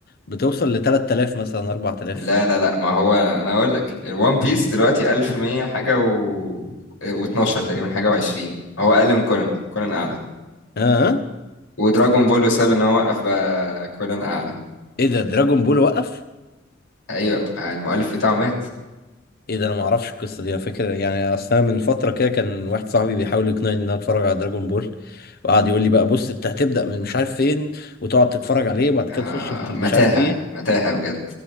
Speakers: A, on the left; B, on the left.
A: بتوصل ل 3000 مثلا 4000
B: لا لا لا ما هو انا اقول لك الوان بيس دلوقتي 1100 حاجه و و12 تقريبا حاجه و20 هو اقل من كونان كونان اعلى
A: ها آه.
B: ودراجون بول بسبب ان هو وقف بقى كونان اعلى
A: ايه ده دراجون بول وقف
B: ايوه المؤلف بتاعه مات
A: ايه ده انا ما اعرفش القصة دي انا فاكر يعني اصلا من فترة كده كان واحد صاحبي بيحاول يقنعني ان انا اتفرج على دراجون بول وقعد يقول لي بقى بص انت هتبدأ من مش عارف فين وتقعد تتفرج عليه وبعد
B: آه
A: كده تخش في
B: متاهه
A: مش عارف ايه
B: متاهه بجد